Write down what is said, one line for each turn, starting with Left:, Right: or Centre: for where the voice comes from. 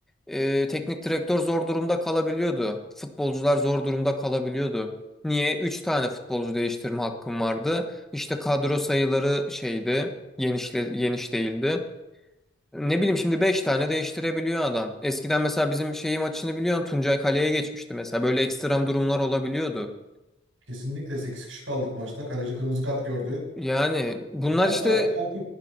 Centre: e, teknik direktör zor durumda kalabiliyordu. Futbolcular zor durumda kalabiliyordu. Niye? 3 tane futbolcu değiştirme hakkım vardı. İşte kadro sayıları şeydi, genişle, geniş değildi. Ne bileyim şimdi 5 tane değiştirebiliyor adam. Eskiden mesela bizim şeyi maçını biliyorsun Tuncay Kale'ye geçmişti mesela. Böyle ekstrem durumlar olabiliyordu.
Right: Kesinlikle sekiz kişi kaldık maçta. Kaleci kırmızı kart gördü.
Centre: Yani bunlar
Right: Hatta
Centre: işte
Right: penaltı